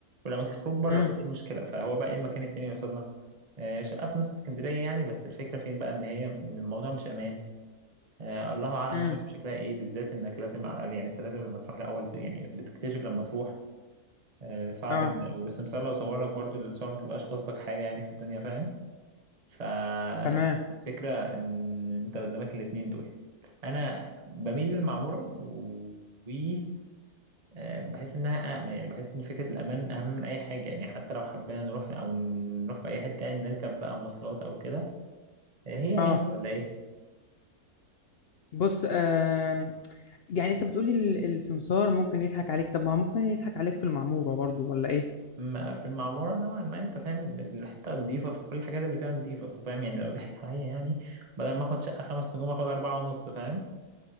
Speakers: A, on the right (about 30°); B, on the left (about 70°).
A: والاماكن خروج بره
B: امم
A: فدي المشكله فهو بقى ايه المكان التاني اللي قصادنا آه، شقه في نص اسكندريه يعني بس الفكره فين بقى ان هي الموضوع مش امان آه، الله اعلم
B: امم
A: شرم شكلها ايه بالذات انك لازم على الاقل يعني انت لازم لما تروح الاول ت- يعني بتكتشف لما تروح آه، صعب
B: اه
A: ان والسمسار لو صور لك برضو الصور ما تبقاش قصدك حاجه يعني في الدنيا فاهم فالفكرة
B: تمام
A: إن أنت قدامك الاتنين دول أنا بميل للمعمورة و و- آه، بحس إنها أأمن يعني بحس إن فكرة الأمان أهم من أي حاجة يعني حتى لو حبينا نروح أو نروح في أي حتة يعني نركب بقى مواصلات أو كده آه، هي
B: اه
A: هي ولا إيه؟
B: بص آم، يعني انت بتقولي ال- السمسار ممكن يضحك عليك طب ما هو ممكن يضحك عليك في المعمورة برضو ولا ايه
A: أما في المعمورة نوعا ما أنت فاهم ال- الحتة نضيفة فكل الحاجات اللي فيها نضيفة ففاهم يعني لو ضحك عليا يعني بدل ما آخد شقة خمس نجوم آخد أربعة ونص فاهم؟